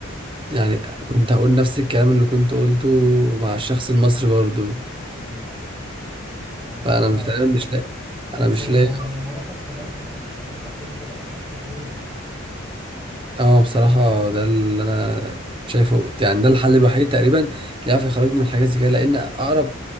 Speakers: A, on the right; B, in the centre.
A: يعني كنت هقول نفس الكلام اللي كنت قلته مع الشخص المصري برضو
B: مم. هو موقف
A: فانا
B: صعب
A: مش مش لاقي
B: يعني
A: انا
B: مش
A: مش
B: ه-
A: لاقي
B: يعني ملخص كلامك انت مش هينفع تلجأ لحد غير المصري
A: اه بصراحة ده اللي انا شايفه يعني ده الحل الوحيد تقريبا اللي يعرف يخرجني من حاجات زي كده لان اقرب